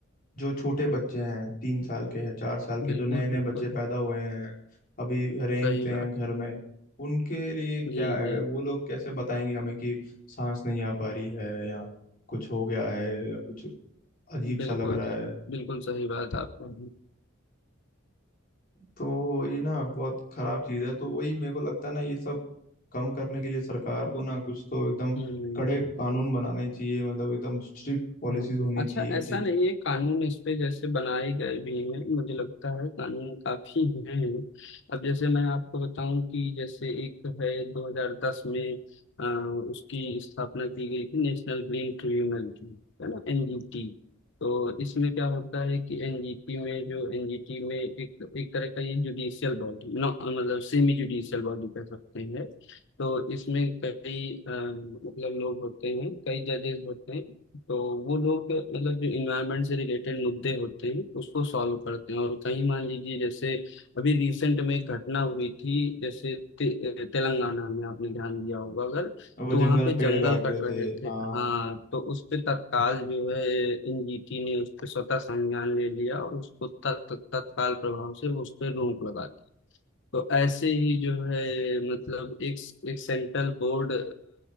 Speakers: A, on the left; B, on the left.
A: जो छोटे बच्चे हैं तीन साल के हैं चार साल के
B: बिल्कुल
A: जो नए नए
B: बिल्कुल
A: बच्चे पैदा हुए हैं अभी रेंगते
B: सही बात
A: हैं घर में उनके लिए क्या
B: जी
A: है
B: जी
A: वो लोग कैसे बताएंगे हमें कि सांस नहीं आ पा रही है या कुछ हो गया है या कुछ अजीब
B: बिल्कुल
A: सा लग रहा है
B: बिल्कुल सही बात आपको
A: तो ये ना बहुत खराब चीज है तो वही मेरे को लगता है ना ये सब कम करने के लिए सरकार को ना कुछ तो एकदम
B: हम्म
A: कड़े कानून बनाने चाहिए मतलब एकदम स्ट्रिक्ट पॉलिसीज
B: हम्म,
A: होनी
B: अच्छा
A: चाहिए
B: ऐसा
A: कि
B: नहीं है कानून इस पे जैसे बनाए गए भी हैं मुझे लगता है कानून काफी हैं अब जैसे मैं आपको बताऊं कि जैसे एक है 2010 में अ, उसकी स्थापना की गई थी नेशनल ग्रीन ट्रिब्यूनल की है ना एनजीटी तो इसमें क्या होता है कि एनजीटी में जो एनजीटी में एक एक तरह का ये जुडिशियल बॉडी ना मतलब सेमी जुडिशियल बॉडी कह सकते हैं तो इसमें कई अ, मतलब लोग होते हैं कई जजेस होते हैं तो वो लोग मतलब जो इन्वायरमेंट से रिलेटेड मुद्दे होते हैं उसको सॉल्व करते हैं और कहीं मान लीजिए जैसे अभी रिसेंट में एक घटना हुई थी जैसे ते, तेलंगाना में आपने ध्यान दिया होगा अगर
A: वो
B: तो वहाँ
A: जंगल
B: पे
A: पेड़
B: जंगल
A: काट
B: कट
A: रहे
B: रहे
A: थे
B: थे
A: हाँ
B: हाँ तो उस पे तत्काल जो है एनजीटी ने उस पे स्वतः संज्ञान ले लिया और उसको तत्- तत्- तत्काल प्रभाव से उस पे रोक लगा दी तो ऐसे ही जो है मतलब एक एक central board